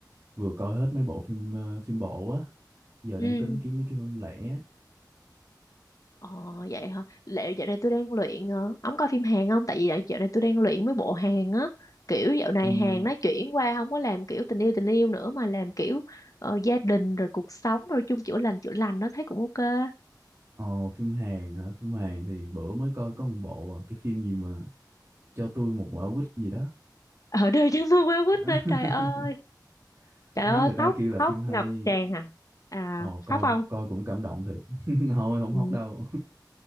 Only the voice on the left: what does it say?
Ừ,
Ờ vậy hả? Liệu dạo này tôi đang luyện ờ, ông coi phim Hàn không? Tại vì dạo dạo này tôi đang luyện mấy bộ Hàn á. Kiểu dạo này
Hàn nó chuyển qua không có làm kiểu tình yêu tình yêu nữa mà làm kiểu ờ, gia đình rồi cuộc sống rồi chung chữa lành chữa lành nó thấy cũng ok. <laughs>
Ở đây chúng tôi quá quýt
nữa trời ơi. Trời
ơi
khóc
khóc
ngập tràn à. À
khóc không?
Ừ.